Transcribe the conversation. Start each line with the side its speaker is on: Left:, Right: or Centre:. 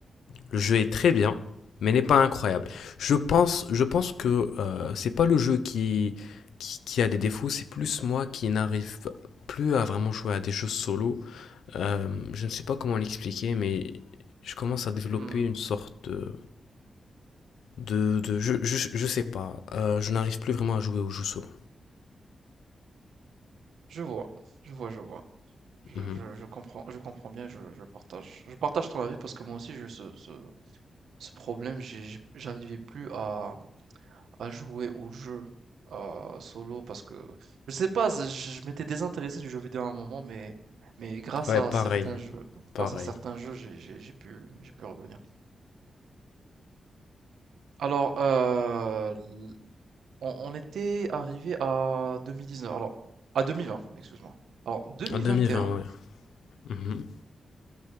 Left: Le jeu est très bien, mais n'est pas incroyable. Je pense, je pense que euh, c'est pas le jeu qui, qui, qui a des défauts, c'est plus moi qui n'arrive plus à vraiment jouer à des jeux solo. Euh, je ne sais pas comment l'expliquer, mais je commence à développer
Right: Mmh,
Left: une sorte de. de, de- je, je, je sais pas. Euh, je n'arrive plus vraiment à jouer aux jeux solo.
Right: je vois, je vois, je vois. Je
Left: Mhm.
Right: je je comprends je comprends bien, je je partage je partage ton avis parce que moi aussi j'ai eu ce ce ce problème, j'ai j'ai j'arrivais plus à à jouer au jeu, heu, solo parce que je sais pas, je je m'étais désintéressé du jeu vidéo à un moment mais mais grâce
Left: Ouais,
Right: à
Left: pareil.
Right: certains jeux
Left: Pareil.
Right: grâce à certains jeux, j'ai j'ai j'ai pu j'ai pu revenir. Alors, heu, l on on était arrivé à 2019, alors à 2020, excuse-moi. Alors 2021-2021
Left: En 2020, ouais. Mhm.